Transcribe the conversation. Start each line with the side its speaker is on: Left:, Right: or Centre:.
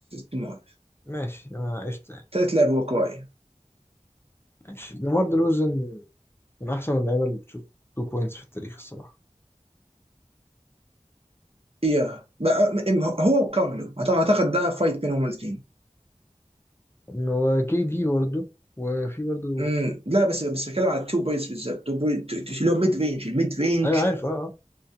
Right: دمار
Left: ماشي أنا عشت يعني
Right: تالت لاعب هو كواي
Left: ماشي ديمار دروزن من أحسن اللعيبة اللي بتشوط 2 بوينتس في التاريخ الصراحة
Right: اياه بقى- م- هو وكارمelo أعتقد- اعتقد ده فايت بينهم الاثنين
Left: وكي دي برضه وفي برضه
Right: امم لا بس بس بتكلم على التو بوينتس بالذات تو بوينت اللي هو ميد رينج الميد رينج
Left: آه، أيوة عارف أه أه